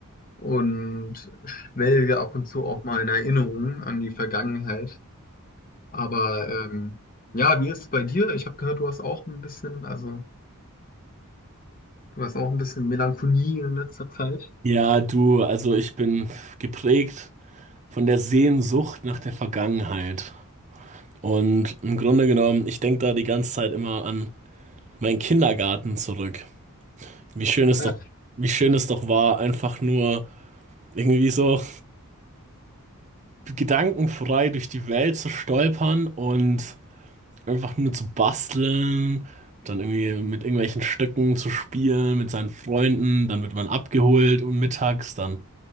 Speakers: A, on the left (about 40°); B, on the right (about 30°).
A: und schwelge ab und zu auch mal in Erinnerungen an die Vergangenheit. Aber ähm, ja, wie ist es bei dir? Ich habe gehört, du hast auch ein bisschen, also du hast auch ein bisschen Melancholie in letzter Zeit.
B: Ja, du, also ich bin geprägt von der Sehnsucht nach der Vergangenheit. Und im Grunde genommen, ich denke da die ganze Zeit immer an meinen Kindergarten zurück. Wie schön es
A: Ach,
B: doch, wie schön es doch war, einfach nur irgendwie so gedankenfrei durch die Welt zu stolpern und einfach nur zu basteln, dann irgendwie mit irgendwelchen Stöcken zu spielen, mit seinen Freunden, dann wird man abgeholt um mittags, dann